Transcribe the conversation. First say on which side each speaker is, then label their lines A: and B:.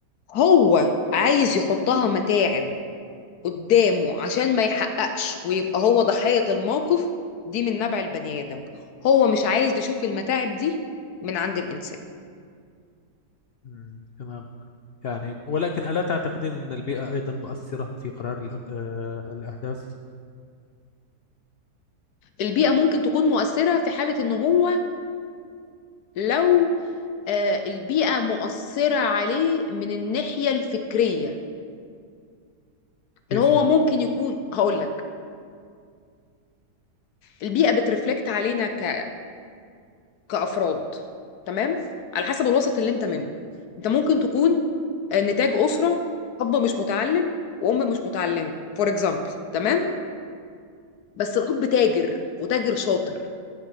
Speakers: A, on the left (about 75°); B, on the left (about 85°).
A: هو عايز يحطها متاعب قدامه عشان ما يحققش ويبقى هو ضحية الموقف دي من نبع البني آدم هو مش عايز يشوف المتاعب دي من عند الإنسان
B: مم، تمام يعني ولكن ألا تعتقدين أن البيئة أيضا مؤثرة في قرار الأ- آه، الأهداف
A: البيئة ممكن تكون مؤثرة في حالة إن هو لو آه، البيئة مؤثرة عليه من الناحية الفكرية
B: كيف
A: ان هو
B: يعني
A: ممكن يكون هقول لك البيئه بترفلكت علينا ك... كافراد تمام على حسب الوسط اللي انت منه انت ممكن تكون آه، نتاج اسره اب مش متعلم وام مش متعلمه فور اكزامبل تمام بس الاب تاجر وتاجر شاطر